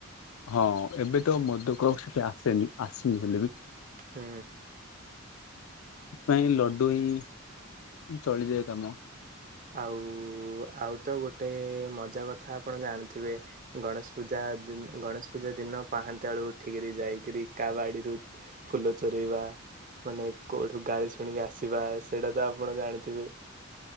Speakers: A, on the left; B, on the right.
A: ହଁ ଏବେ ତ ମୋଦକ ସେଠି ଆସେନି ଆସୁନି ହେଲେ ବି
B: ହୁଁ।
A: ପାଇଁ ଲଡୁ ହିଁ ଚଳିଯାଏ କାମ।
B: ଆଉ ଆଉ ତ ଗୋଟେ ମଜା କଥା ଆପଣ ଜାଣିଥିବେ। ଗଣେଶ ପୂଜା ଦି-ଗଣେଶ ପୂଜା ଦିନ ପାହାନ୍ତିଆ ବେଳୁ ଉଠିକିରି ଯାଇକିରି କା ବାଡିରୁ ଫୁଲ ଚୋରେଇବା ମାନେ କୋଉଠୁ ଗାଳି ଶୁଣିକି ଆସିବା ସେଇଟା ତ ଆପଣ ଜାଣିଥିବେ।